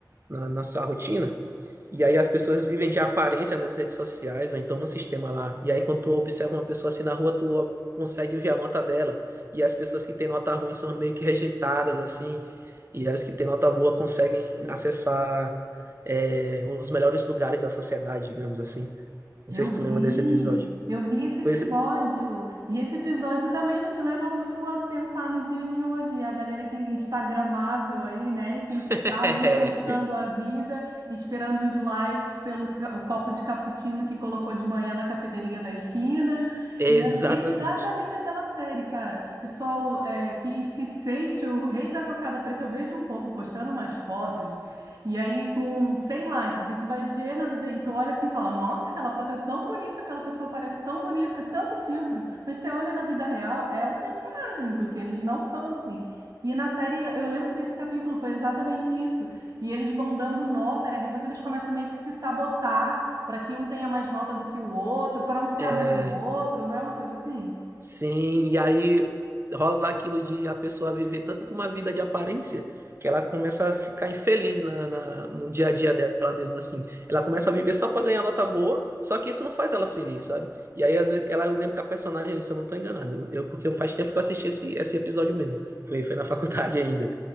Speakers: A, on the right; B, on the right.
A: na na sua rotina. E aí as pessoas vivem de aparência nas redes sociais, ou então no sistema lá. E aí quando tu observa uma pessoa assim na rua, tu consegue ver a nota dela. E as pessoas que têm nota ruim são meio que rejeitadas, assim. E as que têm nota boa conseguem acessar é, um dos melhores lugares da sociedade, digamos assim. Não
B: Eu
A: sei se
B: vi,
A: tu lembra desse episódio.
B: eu vi esse episódio,
A: Pois...
B: e esse episódio também nos leva muito a pensar nos dias de hoje, a galera que é instagramável aí, né, que
A: <laughs> é,
B: tá ali postando a vida, esperando os likes pelo ca- o copo de cappuccino que colocou de manhã na cafeteria da esquina,
A: exatamente.
B: e é exatamente aquela série, cara. Pessoal, é, que se sente o rei da cocada preta, eu vejo um povo postando umas fotos e aí, com 100 likes, e tu vai ver na vida, e tu olha assim e fala: Nossa, aquela foto é tão bonita, aquela pessoa parece tão bonita, é tanto filtro. Mas você olha na vida real, é um personagem, porque eles não são assim. E na série, eu lembro desse capítulo, foi exatamente isso. E eles vão dando nota, né? Depois eles começam meio que se sabotar para que um tenha mais nota do que o outro, para um ser
A: É,
B: amigo do outro, não é uma coisa assim?
A: Sim, e aí rola aquilo de a pessoa viver tanto uma vida de aparência que ela começa a ficar infeliz na, na- no dia a dia dela mesma assim. Ela começa a viver só para ganhar nota boa, só que isso não faz ela feliz, sabe? E aí, às vezes, ela, eu lembro que a personagem, se eu não tô enganado, eu, porque faz tempo que eu assisti esse, esse episódio mesmo, foi, foi na <laughs> faculdade ainda.